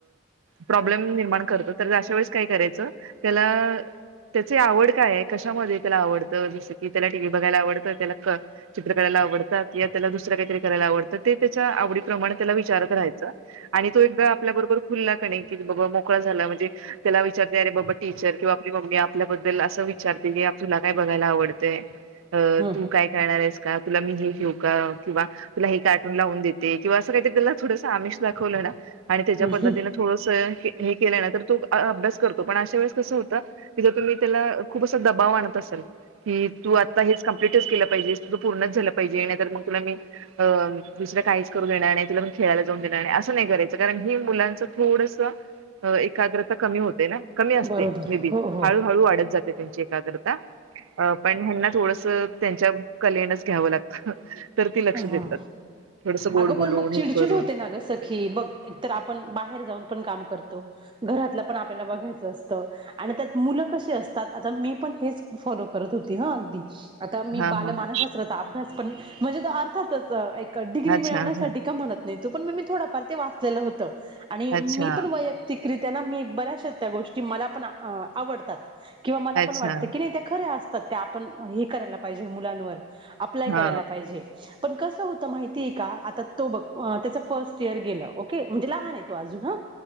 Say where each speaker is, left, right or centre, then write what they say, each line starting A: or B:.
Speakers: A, on the right; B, on the right.
A: प्रब्लेम निर्माण करतत, तर अशा वेळेस काय करायचं त्याला त्याची आवड काय आहे कशामध्ये आवडतं जस कि त्या टीव्ही, बघायला आवत त्या चित्र करायला आवडतात, त्याला दुस काहीतरी करायला आवडतं, ते त्याच्या आवडीप्रमा तेला विचरत राहायचं, आणि तू एकदा आपल्या बरोबर, खुल्ला क कि बाबा मोकळा झाला म्हणजे त्याला विचारते, अरे बाबा टीचर किंवा आपली मम्मी आपल्याबद्दल अस विचारते की आप तुला काय बघायला आवडतेय, अ
B: हम्म
A: तू काय करणार आहेस का, तुला मी हे घेऊ का? किंवा तुला हे कार्टून लावून देते, किंवा असं काहीला थोडंसं आमिष दाखवलं ना, आणि
B: हम्म
A: त्याच्या पद्धतीनें
B: हम्म
A: थोडास हे हे केल ना तर तो अभयास करतो, पण अश्या वेळीस कस होत तर तुम्ही तेला खूप असं तर दबाव आणत असेल, की तू आता कंप्लेंट च केलं पाहिजे ते सगळं, पूर्ण च झालं पाहिजे नाही तर मग तुला मी अ दुसरा काहीच करू देणार नाही. तुला खेळाला जाऊन देणार असं नाही, करायचं कारण की मुलांच थोडस एकाग्रता कमी होते ना. कमी असते.
B: बरोबर
A: मे बी
B: हो हो.
A: हळू, हळू वाढत जाते, त्यांची एग्रता पण हना, थोडस त्यांच्या कलेणच घ्यावं लागत, तर त लक्ष
B: हा
A: देतात. थोडस गोड
B: अगं
A: बोलून
B: पण मग
A: हे
B: चिडचिड
A: करून
B: होते
A: त्या
B: ना सखी,
A: पद्धतीने.
B: बघ एकतर आपण बाहेर जाऊन पण काम करतो. करतो घरातल पण आपल्याला बघायच असत आणि त्यात मुलं पण कशी असतात आ मी पण हे, फॉलो करत होती, हा अगदी. आता मी
A: हा
B: बाल
A: हा
B: मानशास्त्राचा
A: हा
B: अभ्यास पण, म्हणजे तर अर्थातच एक डिग्री
A: अच्छा
B: मिळवण्यासाठी
A: अच्छा
B: का म्हणत नाही, तो पण मग मी थोडंफार ते वाचलेलं होतं. आणि
A: अच्छा
B: मी पण वैयक्तिक रित्या मी बऱ्याचा त्या गोष्टी मला पण, आवडतात. किंवा मला
A: अच्छा
B: पण वाटतं की नाही त्या खऱ्या असतात, त्या आपण हे करायला पाहिजे मुलांवर अप्लाय करायला
A: हा
B: पाहिजे. पण कसं होत माहिती आहे का, आता तो बघ त्याच फर्स्ट इयर गेलं ओके म्हणजे लहान आहे तो अजून हा,